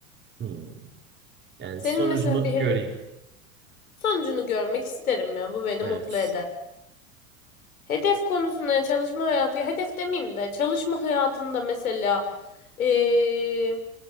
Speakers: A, on the right; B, on the left.
A: Hmm. Yani
B: Senin
A: sonucunu
B: mesela bir hedef
A: göreyim.
B: sonucunu görmek isterim ya bu beni
A: Evet.
B: mutlu eder. Hedef konusunda çalışma hayatı ya hedef demeyeyim de çalışma hayatında mesela eee,